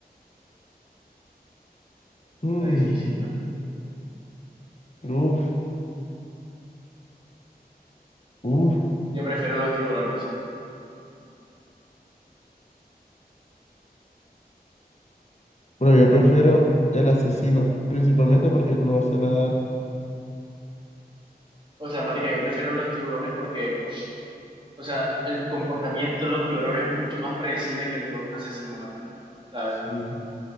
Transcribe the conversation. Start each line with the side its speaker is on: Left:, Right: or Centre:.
Left: Mm,
Right: Está difícil, marica.
Left: uf, uf.
Right: Yo prefiero los tiburones.
Left: Pero yo prefiero el asesino, principalmente porque no sé nadar.
Right: O sea, marica, yo prefiero los tiburones porque, o sea, el comportamiento de los tiburones es mucho más predecible que el de un asesino, marica, ¿sabes?
Left: Sí,